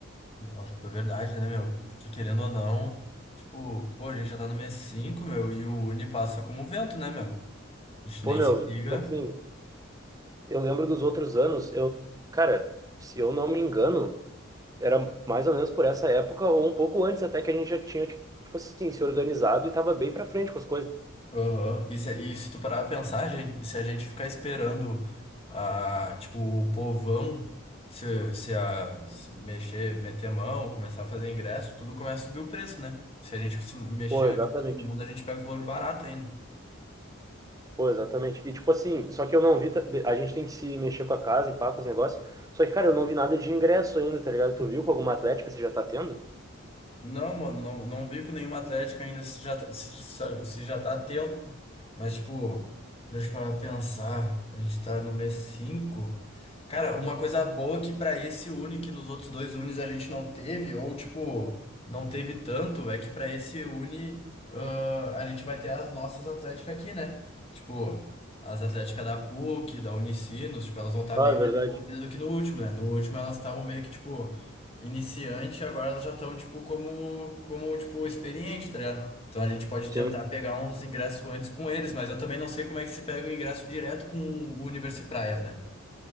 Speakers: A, on the left; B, on the right.
A: Nossa, é verdade, né, meu? Porque querendo ou não, tipo, pô, a gente já tá no mês 5, meu, e o Uni passa como vento, né, meu? A gente
B: Pô,
A: nem
B: meu,
A: se liga.
B: tipo assim. Eu lembro dos outros anos, eu, cara, se eu não me engano, era mais ou menos por essa época ou um pouco antes até que a gente já tinha, tipo assim, se organizado e tava bem pra frente com as coisas.
A: Aham. E, se, e se tu parar pra pensar, gente, se a gente ficar esperando a, tipo, o povão se, se, a, se mexer, meter a mão, começar a fazer ingresso, tudo começa a subir o preço, né? Se a gente se mexer
B: Pô, exatamente.
A: antes de todo mundo, a gente pega os valores baratos ainda.
B: Pô, exatamente. E tipo assim, só que eu não vi, ta- a gente tem que se mexer com a casa e pá, com os negócios. Só que, cara, eu não vi nada de ingresso ainda, tá ligado? Tu viu com alguma atlética você já tá tendo?
A: Não, mano, não, não vi com nenhuma atlética ainda se já, tá- se, se já tá a tempo. Mas, tipo, deixa eu parar pra pensar. A gente tá no mês cinco Cara, uma coisa boa que pra esse Uni, que nos outros dois Unis a gente não teve, ou, tipo, não teve tanto, é que pra esse Uni, ah, a gente vai ter as nossas atléticas aqui, né? Tipo, as atléticas da PUC, da Unicinos, tipo, elas vão estar
B: Ah,
A: bem
B: é
A: mais
B: verdade.
A: envolvidas do que no último, né? No último elas estavam meio que, tipo iniciante, agora elas já estão, tipo, como, como, tipo, experiente, tá ligado? Então a gente pode
B: Sim,
A: tentar pegar uns ingressos antes com eles, mas eu também não sei como é que se pega o ingresso direto com o Universi Praias, né?